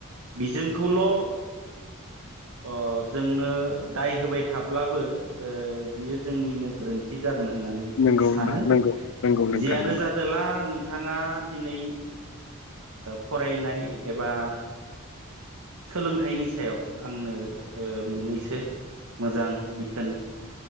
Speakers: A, on the right (about 85°); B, on the left (about 65°).
A: बिजोंखौल' आं जोङो दाय होबाय थाब्लाबो बियो जोंनिनो गोरोन्थि जागोन होननानै
B: नंगौ
A: सानो
B: नंगौ नंगौ नोंथां
A: जियानोजादोला
B: नंगौ
A: नों नोंथाङा दिनै फरायनाय एबा सोलोंथाइनि सायाव आंनो ओ मोननैसो मोजां बिथोन